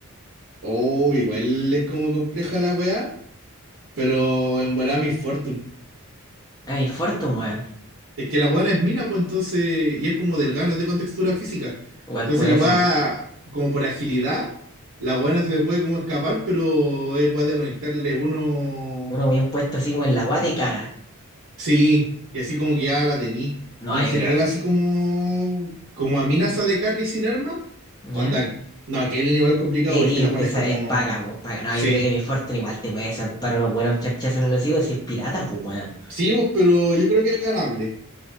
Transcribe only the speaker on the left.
A mi Fortune, weón.
Igual
puede
ser.
Uno bien puesto así como en la guata y caga.
No,
yo
creo.
¿Ya?
Caitlyn
te sa-
es paga, pues, paga. No,
yo creo que mi Fortune igual te puede zampar unos buenos chachas en el hocico si es pirata, pues, weón.